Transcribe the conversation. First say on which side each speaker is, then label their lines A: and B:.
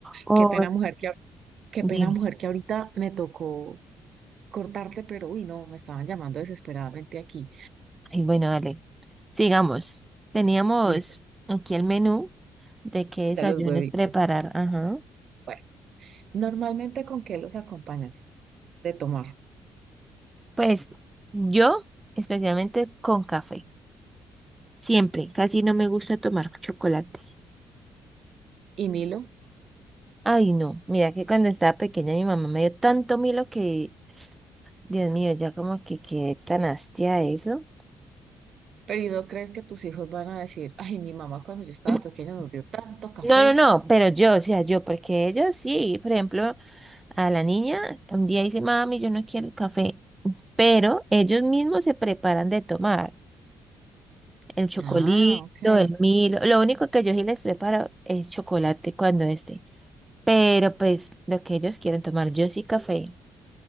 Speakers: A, on the right; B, on the right.
A: Oh,
B: Qué pena, mujer, que, ahor- qué
A: bien.
B: pena, mujer, que ahorita me tocó cortarte, pero uy, no, me estaban llamando desesperadamente aquí.
A: Ay, bueno, dale. Sigamos. Teníamos
B: Listo,
A: aquí el menú de qué desayunos
B: de los huevitos.
A: preparar. Ajá.
B: Bueno, normalmente ¿con qué los acompañas? De tomar.
A: Pues yo, especialmente con café. Siempre. Casi no me gusta tomar chocolate.
B: Y Milo,
A: Ay, no. Mira que cuando estaba pequeña mi mamá me dio tanto milo que, Dios mío, ya como que quedé tan hastia de eso.
B: pero no crees que tus hijos van a decir, ay, mi mamá cuando yo estaba
A: <clears throat>
B: pequeña nos dio tanto café?
A: No, no, no, pero yo, o sea, yo, porque ellos sí, por ejemplo, a la niña un día dice, mami, yo no quiero el café, pero ellos mismos se preparan de tomar el chocolito,
B: Ah, ok.
A: el Milo, lo único que yo sí les preparo es chocolate cuando esté, pero pues lo que ellos quieren tomar, yo sí café.